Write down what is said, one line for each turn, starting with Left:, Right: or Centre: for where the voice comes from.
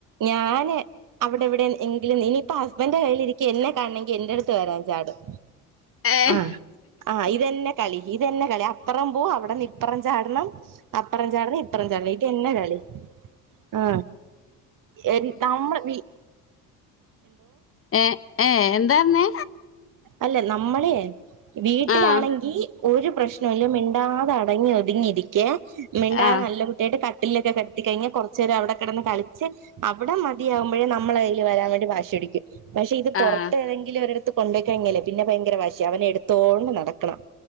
Right: ഞാന് അവിടെ എവിടെ എങ്കിലും ഇനിയിപ്പോ ഹസ്ബൻ് കയ്യിലിരിക്ക്‌ എന്നെ കാണെ ങ്കി എന്റെടുത്ത് വരാൻ ചാടും
Left: ഏഹ്
Right: ആഹ് ആഹ് ഇതെന്നെ കളി ഇതെന്നെ കളി അപ്പറം പോവ് അവിടെ നി ഇപ്പറം ചാടണം അപ്പറം ചാടണം ഇപ്പറം ചാടണം ഇതെന്നെ കളി ആ എൻ നമ്മൾ വി
Left: ഏ ഏ എന്താർന്ന്
Right: അല്ലെ നമ്മളെ വീട്ടിലാണെങ്കീ
Left: ആഹ്
Right: ഒരു പ്രശ്നവു ല്ല മിണ്ടാതെ അടങ്ങി ഒതുങ്ങിരിക്കേ മിണ്ടാ
Left: ആഹ്
Right: നല്ല കുട്ട്യായിട്ട് കട് ട്ടില്ലൊക്കെ കെട്ത്തി കയ്ഞ്ഞാ കൊർച് ഏരൊ അവിടെ കെടന്ന് കളിച്ച് അവ്ടെ മതിയാവ്മ്പോഴേ നമ്മള കയ്യില് വരാൻ വേണ്ടി വാശി പിടിക്കും പക്ഷെ ഇത് പൊറത്തേതെങ്കിലും
Left: ആഹ്
Right: ഒരിട ത്ത് കൊണ്ടോയ് കയ്ഞ്ഞലേ പിന്നെ ഭയങ്കര വാശ്യ അവനെ എടുത്തോണ്ട് നടക്കണം